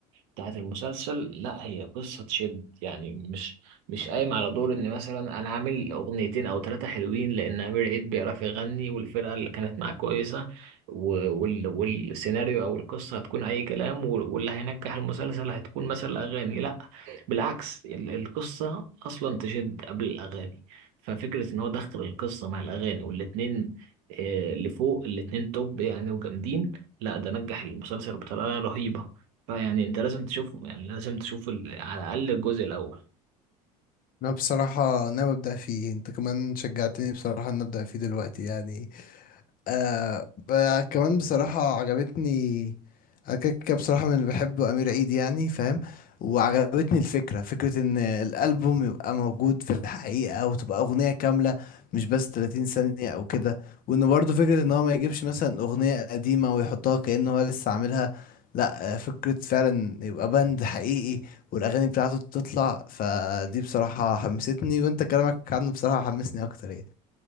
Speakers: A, on the right (about 70°); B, on the left (about 50°).
A: بتاعت المسلسل لا هي قصة تشد يعني مش مش قايم على دور ان مثلا انا عامل اغنيتين او ثلاثة حلوين لان امير عيد بيعرف يغني والفرقة اللي كانت معاه كويسة و- وال والسيناريو او القصة هتكون اي كلام وال- واللي هينجح المسلسل هتكون مثلا اغاني لا بالعكس ال- القصة أصلا تشد قبل الأغاني ففكرة إن هو دخل القصة مع الأغاني والاتنين آه، لفوق الاتنين توب يعني وجامدين لا ده نجح المسلسل بطريقة رهيبة فيعني أنت لازم تشوفه يعني لازم تشوف ال- على الأقل الجزء الأول
B: انا بصراحة ناوي ابدا فيه انت كمان شجعتني بصراحة ان ابدا فيه دلوقتي يعني آه ب- كمان بصراحة عجبتني أنا كده كده بصراحة من اللي بحبه أمير عيد يعني فاهم وعجبتني الفكرة فكرة إن الألبوم يبقى موجود في الحقيقة وتبقى أغنية كاملة مش بس 30 ثانية أو كده وإن برضه فكرة إن هو ما يجيبش مثلا أغنية قديمة ويحطها كأنه هو لسه عاملها لأ آه، فكرة فعلا يبقى باند حقيقي والأغاني بتاعته تطلع فدي بصراحة حمستني وإنت كلامك عنه بصراحة حمسني أكتر يعني